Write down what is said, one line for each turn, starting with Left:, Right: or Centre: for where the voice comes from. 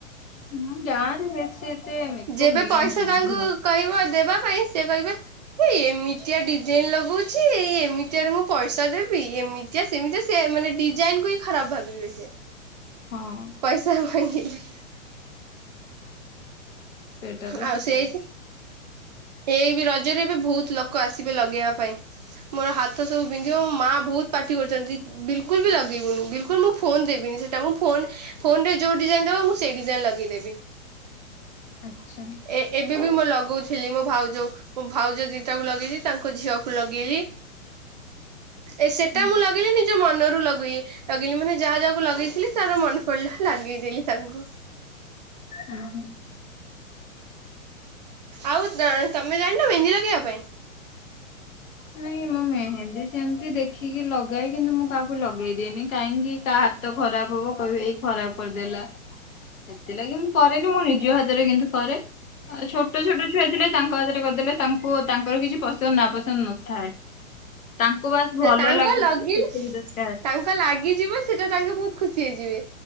Left: ନାଇ ଗାଁ ରେ ବେଶୀ ଏତେ ମେକଅପ
Right: ଯେବେ
Left: ନିଅନ୍ତିନି
Right: ପଇସା ତାଙ୍କୁ
Left: ଗୋ
Right: କହିବ ଦେବା ପାଇଁ ସେ କହିବେ। ଏ ଏମିତିଆ ଡିଜାଇନ ଲଗଉଛି ଏମିତିଆରେ ମୁଁ ପଇସା ଦେବି ଏମି ତିଆ ସେମିତିଆ ସେ ମାନେ ଡିଜାଇନ କୁ ହିଁ ଖରାପ ଭାବିବେ ସେ।
Left: ହଁ।
Right: ପଇସା ମାଗିଲେ।
Left: ସେଇଟା ତ
Right: ଆଉ
Left: ସତ
Right: ସେଇଠି ଏଇ ବି ରଜରେ ବି ବହୁତ ଲୋକ ଆସିବେ ଲଗେଇବା ପାଇଁ। ମୋର ହାତ ସବୁ ବିନ୍ଧିବ ମୋ ମା ବହୁତ ପାଟି କରୁଚନ୍ତି ବିଲକୁଲ ବି ଲଗେଇବୁନୁ। ବିଲକୁଲ ମୁଁ ଫୋନ ଦେବିନି। ସେ ଟା ମୁଁ ଫୋନ ଫୋନ ରେ ଯୋଉ ଡିଜାଇନ ଦବ ମୁଁ ସେଇ ଡିଜାଇନ ଲଗେଇଦେବି।
Left: ଆଚ୍ଛା
Right: ଏ ଏବେ ବି ମୁଁ ଲଗାଉଥିଲି ମୋ ଭାଉଜକୁ। ଭାଉଜ ଦିଟା କୁ ଲଗେଇଲି, ତାଙ୍କ ଝିଅକୁ ଲଗେଇଲି। ଏ ସେଟା
Left: ଉଁ
Right: ମୁଁ ଲଗେଇଲିନି। ନିଜ ମନରୁ ଲଗୁଏ ଲଗେଇଲି ମାନେ ଯାହା ଯାହାକୁ ଲଗେଇଥିଲି ତାର ମନେ ପଡିଲା ଲଗେଇଦଲି ତାଙ୍କୁ।
Left: ହଁ ହଁ
Right: ଆଉ ତମେ ଜାଣିନ ମେହେନ୍ଦି ଲଗେଇବା ପାଇଁ?
Left: ନାଇଁ ମୁଁ ମେହେନ୍ଦି ସେମତି ଦେଖିକି ଲଗାଏ, କିନ୍ତୁ ମୁଁ କାହାକୁ ଲଗେଇଦିଏନି। କାହିଁକି କାହା ହାତ ଖରାପ ହବ କହିବେ ଏଇ ଖରାପ କରିଦେଲା। ସେଥିଲାଗି ମୁଁ କରେନି ମୋ ନିଜ ହାତରେ କିନ୍ତୁ କରେ। ଆଉ ଛୋଟ ଛୋଟ ଛୁଆ ଥିଲେ ତାଙ୍କ ହାତରେ କରିଦେଲେ ତାଙ୍କୁ ତାଙ୍କର କିଛି ପସନ୍ଦ ନା ପସନ୍ଦ ନଥାଏ। ତାଙ୍କୁ ବାସ ଭଲ
Right: ତାଙ୍କ
Left: ଲାଗୁଛି
Right: ଲଗିଲେ
Left: ସେତିକି ଦରକାର।
Right: ତାଙ୍କ ଲାଗିଯିବ ସେଟା ତାଙ୍କେ ବହୁତ ଖୁସି ହେଇଯିବେ